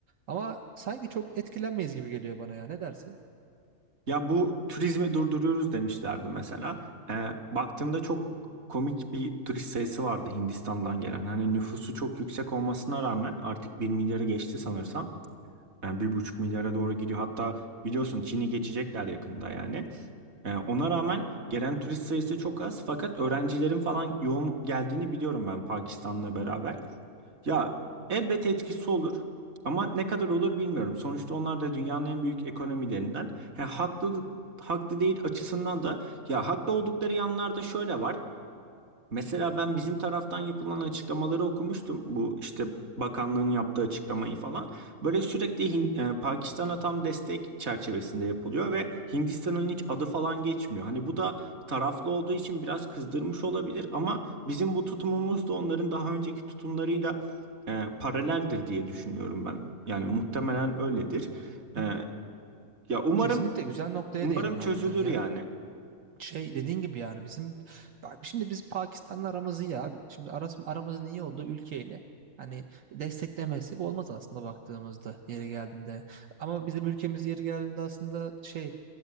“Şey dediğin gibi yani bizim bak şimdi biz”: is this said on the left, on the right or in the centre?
Right